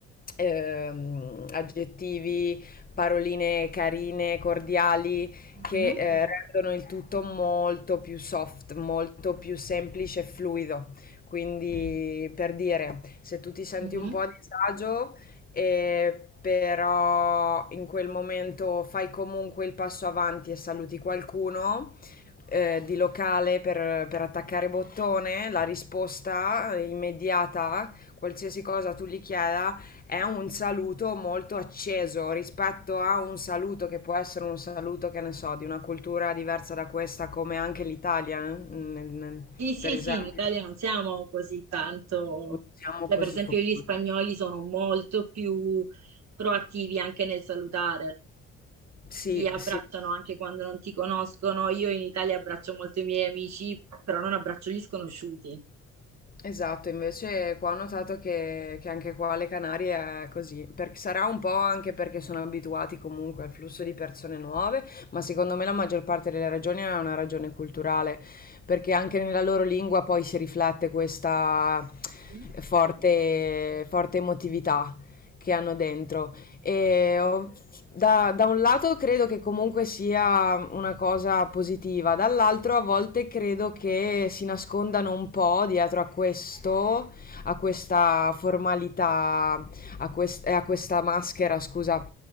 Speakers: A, on the left (about 30°); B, on the right (about 60°).
A: ehm, aggettivi, paroline carine, cordiali,
B: Mhm,
A: che eh, rendono il tutto molto più soft, molto più semplice e fluido. Quindi, per dire, se tu ti senti
B: mhm.
A: un po' a disagio, eh, però in quel momento fai comunque il passo avanti e saluti qualcuno. eh, di locale per, per attaccare bottone, la risposta immediata, qualsiasi cosa tu gli chieda, è un saluto molto acceso rispetto a un saluto che può essere un saluto, che ne so, di una cultura diversa da questa, come anche l'Italia, eh, nel- nel-
B: Sì, sì,
A: per esempio.
B: sì, in Italia non siamo così tanto...
A: Non siamo
B: Cioè,
A: così
B: per esempio,
A: focosi.
B: gli spagnoli sono molto più proattivi anche nel salutare,
A: Sì,
B: ti abbracciano
A: sì,
B: anche quando non ti conoscono. Io in Italia abbraccio molto i miei amici, però non abbraccio gli sconosciuti.
A: Esatto, invece qua ho notato che, che anche qua alle Canarie è così, perché sarà un po' anche perché sono abituati comunque al flusso di persone nuove, ma secondo me la maggior parte delle ragioni è una ragione culturale, perché anche nella loro lingua poi si riflette questa
B: Mhm.
A: forte, forte emotività che hanno dentro. E ho da, da un lato credo che comunque sia una cosa positiva, dall'altro a volte credo che si nascondano un po' dietro a questo, a questa formalità, a, quest- eh, a questa maschera, scusa,